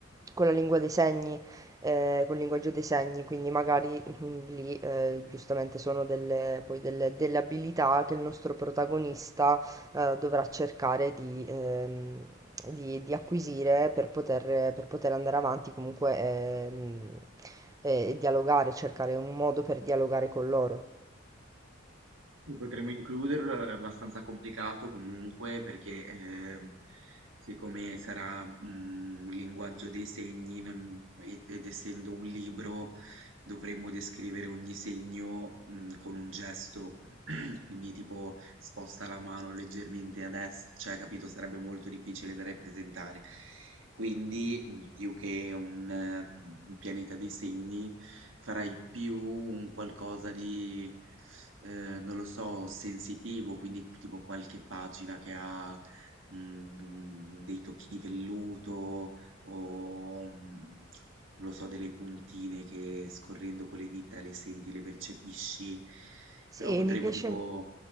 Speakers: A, on the right; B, on the right.
A: con la lingua dei segni, eh, col linguaggio dei segni, quindi magari mm, lì eh, giustamente sono delle, poi delle, delle abilità che il nostro protagonista eh, dovrà cercare di... ehm, di, di acquisire per poter, per poter andare avanti comunque ehm, e eh, eh, dialogare, cercare un modo per dialogare con loro.
B: Sì, potremmo includerlo, è abbastanza complicato comunque perché ehm, siccome sarà mm, un linguaggio dei segni non- ed ed essendo un libro dovremmo descrivere ogni segno, mhmm, con un gesto, <clears throat> quindi tipo sposta la mano leggermente a dest cioè capito, sarebbe molto difficile da rappresentare. Quindi, mhmm, più che un ehm, un pianeta dei segni, farei più un qualcosa di, ehm, non lo so, sensitivo, quindi tipo qualche pagina che ha, mhmm, dei tocchi di velluto o, mhmm non lo so, delle puntine che scorrendo con le dita le senti, le percepisci,
A: Sì,
B: però potremmo
A: mi piace,
B: tipo...